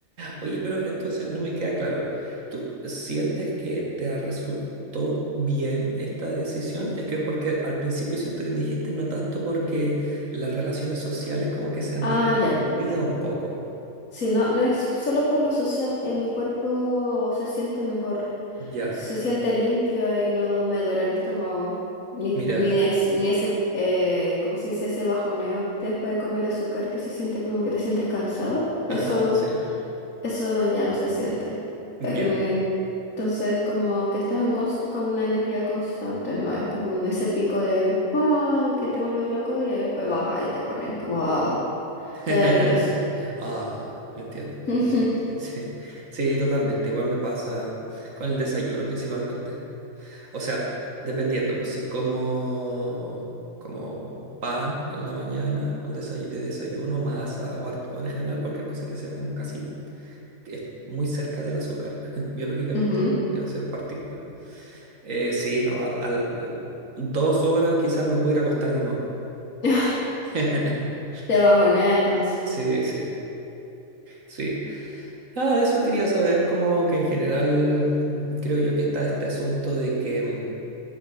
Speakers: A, on the right; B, on the left.
A: Oye, pero entonces no me queda claro. ¿Tú sientes que te resultó bien esta decisión? Es que porque al principio siento que me dijiste no tanto porque las relaciones sociales como que se han
B: Ah,
A: visto interrumpidas
B: ya.
A: un poco.
B: Si no, no es solo por lo social, en mi cuerpo se siente mejor.
A: Ya,
B: Se siente limpio y no me duele el estómago. Ni,
A: mira.
B: ni, es- ni ese, eh, ¿cómo se dice? Ese bajoneo después de comer azúcar que se siente como que te sientes cansado. Eso,
A: Ajá, sí.
B: eso ya no se siente.
A: Ya.
B: Eh, entonces, como que estás en const- con una energía constante, ¿no? Es como ese pico de, ¡guau! de que te vuelves loco y después baja y te pones como, ah,
A: <laughs>
B: te derrites.
A: Ah, entiendo. Sí,
B: <laughs>
A: sí, sí, sí. Sí, totalmente. Igual me pasa con el desayuno principalmente. O sea, dependiendo, pues si como, como pan en la mañana, al desay- de desayuno, masa o, hart- o en general cualquier cosa que sea como casi que es muy cerca del azúcar, <laughs> biológicamente,
B: Ujú.
A: o sea, en particular. Eh, sí, no, al- al- eh, dos horas quizás me pudiera acostar de nuevo.
B: <laughs>
A: <laughs>
B: Te bajonea entonces.
A: Sí, sí, sí. Ah, eso quería saber, como que en general creo yo que está este asunto de que... mm,